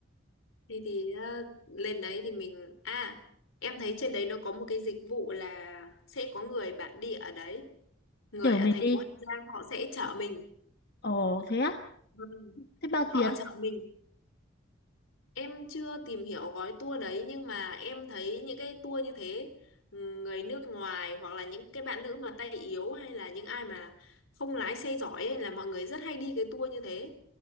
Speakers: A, on the left; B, on the left.
A: thì thì ờ, lên đấy thì mình à em thấy trên đấy nó có một cái dịch vụ là sẽ có người bản địa ở đấy, người
B: Chở
A: ở
B: mình
A: thành
B: đi.
A: phố Hà Giang họ sẽ chở mình
B: Ồ thế á?
A: Vâng.
B: Thế bao
A: Họ
B: tiền?
A: chở mình em chưa tìm hiểu gói tour đấy nhưng mà em thấy những cái tour như thế ừ, người nước ngoài hoặc là những cái bạn nữ mà tay yếu hay là những ai mà không lái xe giỏi ấy, là mọi người rất hay đi cái tour như thế